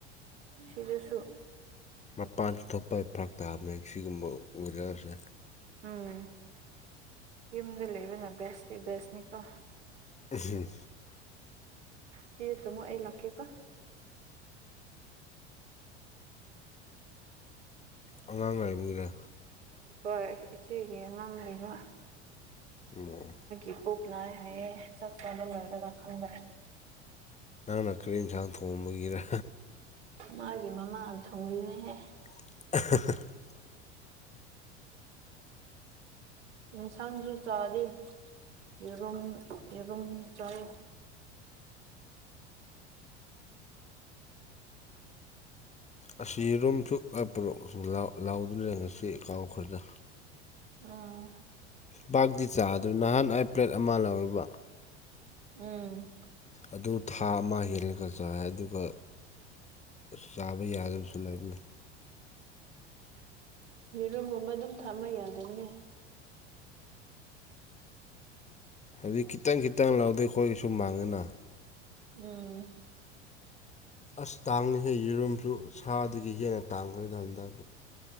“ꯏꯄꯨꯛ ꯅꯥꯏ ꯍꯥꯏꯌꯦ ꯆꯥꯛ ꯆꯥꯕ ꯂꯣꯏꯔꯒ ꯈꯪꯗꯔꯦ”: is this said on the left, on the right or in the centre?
Right